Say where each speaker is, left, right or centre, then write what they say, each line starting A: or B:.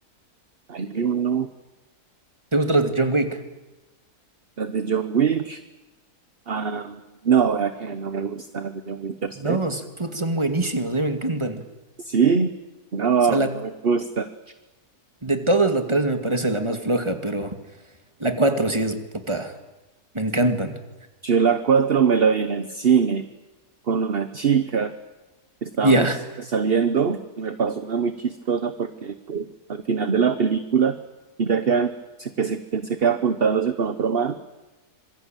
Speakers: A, on the right; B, on the right.
A: Hay uno,
B: ¿Te gustan los de John Wick?
A: las de John Wick. Ah, no, vea que no me gustan las de John Wick, ¿a usted?
B: No, s- puta, son buenísimos. A mí me encantan.
A: Sí, no,
B: sea,
A: a
B: la,
A: mí no me gusta.
B: de todas la 3 me parece la más floja, pero la 4 sí es puta. Me encantan.
A: Yo la 4 me la vi en el cine con una chica. Estábamos
B: Ya.
A: saliendo y me pasó una muy chistosa porque al final de la película ella queda, se, que se, que él se queda apuntándose con otro man,